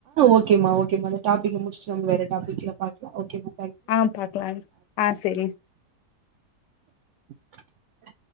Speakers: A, on the right; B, on the left.
A: ஓகமா ஓகேமா டபிக முடிச்சவங்க வேற டாபிகல ஓகே ம்மா
B: ஆஹ் பாக்கலாம்ங்க ஆஹ் சரி
A: அ